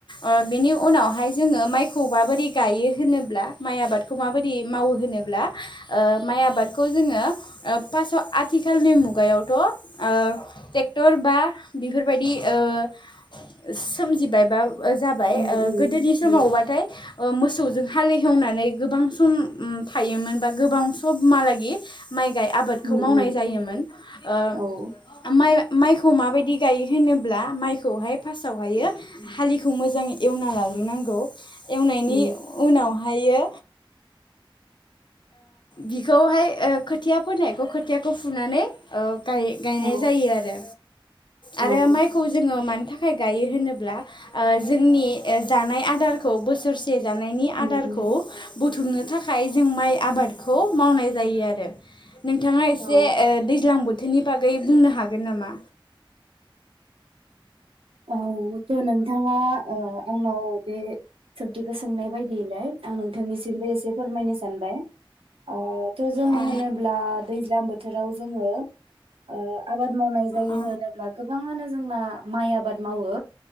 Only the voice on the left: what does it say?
ओ बिनि उनावहाय जोङो माइखौ माबोरै गायो होनोब्ला माइ आबादखौ माबोरै माव मावो होनोब्ला ओ माइ आबादखौ जोङो ओ फासआव आथिखालनि मुग गायावथ' ट्रेक्टर बा बेफोरबायदि ओ सोम जिबायबा जाबाय
ओ
गोदोनि समावबाथाइ
मोसौजों हालेवनानै गोबां सम उम थायोमोन बा गोबां समहालागि माइ गाय आबादखौ
मावनाय
जायोमोन। ओ मा
माय माइखौ माबायदि गायो होनोब्ला माइखौहाय फास्तहायो हालिखौ मोजां एवना लाग्रोनांगौ एवनायनि
उनावहायो ओ बिखौहाय ओ खोथिया फोनायखौ खोथियाखौ फुनानै ओ गाय गायनाय
जायो
आरो माइखौ जोङो मानि था खाय गायो होनोब्ला ओ जोंनि जानाय आदारखौ बोसोर से जानायनि
आदारखौ
बु थुमनो थाखाय जों माइ आबादखौ मावनाय जायो आरो नोंथांङा एसे
दै ज्लां बोथोरनि बागै बुंनो हागोन नामा?
अ
अ